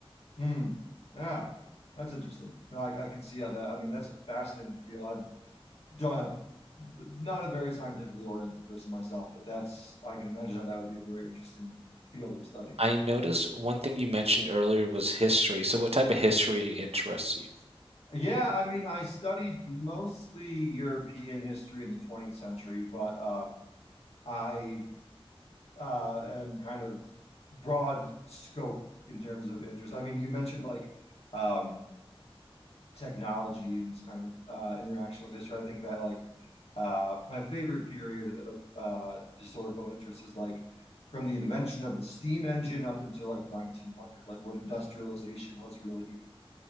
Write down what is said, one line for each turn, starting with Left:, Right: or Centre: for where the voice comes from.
Left: Hmm. Yeah, that's interesting. No, I, I can see how that. I mean, that's a fascinating field. I don't have, not a very scientifically oriented person myself, but that's, I can imagine how that would be a very interesting field of study.
Right: I noticed one thing you mentioned earlier was history. So what type of history interests you?
Left: Yeah, I mean, I studied mostly European history in the 20th century, but um, I uh, am kind of broad scope in terms of interest. I mean, you mentioned like um, technology and just kind of uh, interaction with history. I think that like uh, my favorite period of uh, historical interest is like from the invention of the steam engine up until like 1900, like when industrialization was really